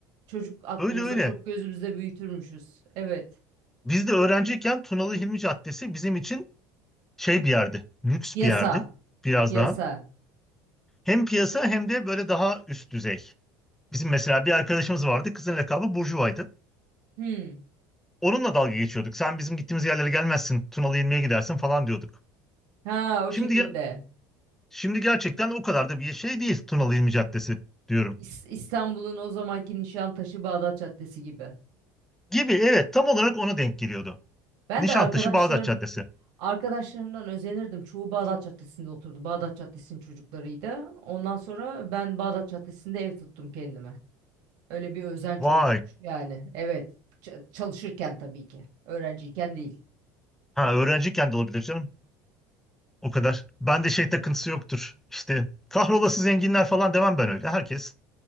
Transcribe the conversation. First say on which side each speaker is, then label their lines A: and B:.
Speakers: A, on the right; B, in the centre.
A: Çocuk aklımızda
B: Öyle öyle.
A: çok gözümüzde büyütürmüşüz. Evet.
B: Biz de öğrenciyken Tunalı Hilmi Caddesi bizim için şey bir yerdi. Lüks
A: Piyasa,
B: bir yerdi. Biraz
A: piyasa.
B: daha. Hem piyasa hem de böyle daha üst düzey. Bizim mesela bir arkadaşımız vardı. Kızın lakabı Burjuva'ydı.
A: Hmm.
B: Onunla dalga geçiyorduk. Sen bizim gittiğimiz yerlere gelmezsin. Tunalı Hilmi'ye gidersin falan diyorduk.
A: Ha, o
B: Şimdi
A: şekilde.
B: ya- Şimdi gerçekten o kadar da bir şey değil Tunalı İlmi Caddesi diyorum.
A: İs- İstanbul'un o zamanki Nişantaşı Bağdat Caddesi gibi.
B: Gibi evet tam olarak ona denk geliyordu.
A: Ben
B: Nişantaşı
A: de arkadaşlarım
B: Bağdat Caddesi.
A: arkadaşlarımdan özenirdim. Çoğu Bağdat Caddesi'nde oturdu. Bağdat Caddesi'nin çocuklarıydı. Ondan sonra ben Bağdat Caddesi'nde ev tuttum kendime. Öyle bir özenç
B: Vay.
A: oluşmuş yani. Evet. Ç- çalışırken tabii ki. Öğrenciyken değil.
B: Ha öğrenciyken de olabilir canım. O kadar. Ben de şey takıntısı yoktur. İşte kahrolası zenginler falan demem ben öyle. Herkes